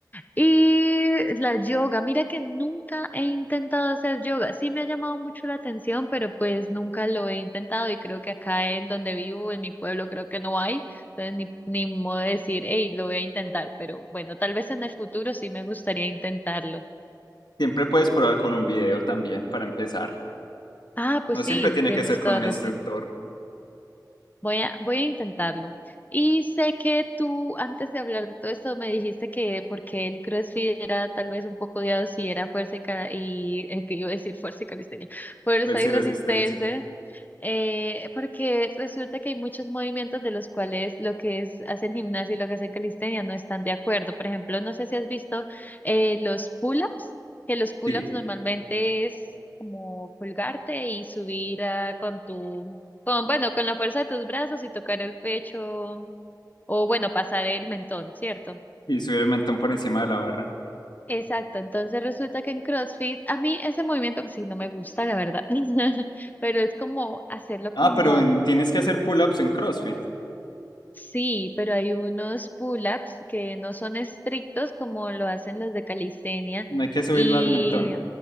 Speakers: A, on the left; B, on the left.
A: Y la yoga, mira que nunca he intentado hacer yoga. Sí me ha llamado mucho la atención, pero pues nunca lo he intentado y creo que acá en donde vivo, en mi pueblo, creo que no hay. Entonces ni, ni modo de decir, hey, lo voy a intentar, pero bueno, tal vez en el futuro sí me gustaría intentarlo.
B: Siempre puedes probar con un video también para empezar.
A: Ah, pues
B: No siempre
A: sí,
B: tiene
A: tienes
B: que ser con
A: toda
B: un
A: razón.
B: instructor,
A: Voy a, voy a intentarlo. Y sé que tú, antes de hablar de todo esto, me dijiste que porque el CrossFit era tal vez un poco odiado si era fuerza y, ca- y eh, que iba a decir fuerza y calistenia, fuerza
B: ver si
A: y resistencia.
B: resistencia.
A: Eh, porque resulta que hay muchos movimientos de los cuales lo que es, hacen gimnasia y lo que hacen calistenia no están de acuerdo. Por ejemplo, no sé si has visto eh, los pull-ups, que los pull-ups
B: Sí,
A: normalmente es como colgarte y subir ah, con tu, con, bueno, con la fuerza de tus brazos y tocar el pecho o bueno, pasar el mentón, ¿cierto?
B: y subir el mentón por encima de la barra.
A: Exacto, entonces resulta que en CrossFit, a mí ese movimiento que sí no me gusta, la verdad, <laughs> pero es como hacerlo
B: Ah,
A: como
B: pero en- tienes que hacer pull-ups en CrossFit.
A: Sí, pero hay unos pull-ups que no son estrictos como lo hacen los de calistenia
B: No hay que subirlo
A: y
B: al mentón.